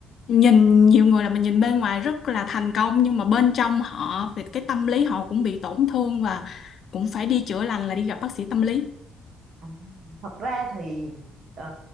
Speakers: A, on the left; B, on the right.
A: nhìn nhiều người là mình nhìn bên ngoài rất là thành công nhưng mà bên trong họ về cái tâm lý họ cũng bị tổn thương và cũng phải đi chữa lành là đi gặp bác sĩ tâm lý
B: À, thật ra thì ờ,